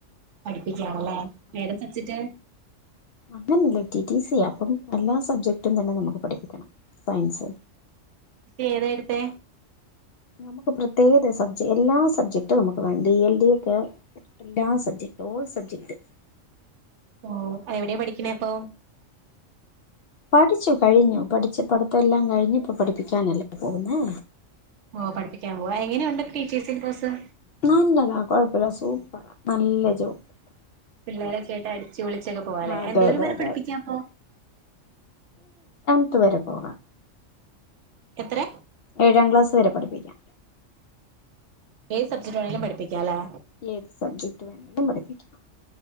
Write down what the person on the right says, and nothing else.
പഠിപ്പിക്കാണല്ലേ ഏതാ സബ്ജക്റ്റ്
ഏതായെടുത്തെ
ഓ എവിടെയാ പഠിക്കണേപ്പൊ
ഓ പടിപ്പിക്കാൻ പോവാ എങ്ങനെയൊണ്ട് ടീച്ചേഴ്സിങ്ങ് കോസ്
പിള്ളേരൊക്കെ
ആയിട്ട് അടിച്ചു പൊളിച്ചൊക്കെ പോവാലെ
എന്തോര
വരെ
പഠിപ്പിക്കാപ്പൊ
എത്ര
ഏത് സബ്ജക് വേണേലും പഠിപ്പിക്കാലേ